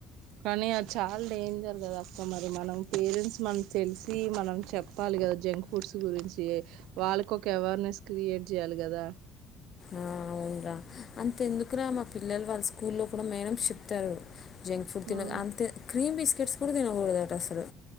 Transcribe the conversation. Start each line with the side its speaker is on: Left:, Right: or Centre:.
Right: కానీ అది చాలా డేంజర్ కదా అక్క మరి మనం పేరెంట్స్ మనం తెలిసి మనం చెప్పాలి గదా జంక్ ఫుడ్స్ గురించి వాళ్ళకి ఒక అవేర్నెస్ క్రియేట్ జేయాలి గదా
Left: ఆ అవునురా అంతే ఎందుకు రా మా పిల్లలు వాళ్ళ స్కూల్లో కూడా మేడమ్స్ చెప్తారు జంక్ ఫుడ్
Right: హ్మ్.
Left: తినక అంత క్రీమ్ బి కిట్స్ కూడా దినకూడదాటసలు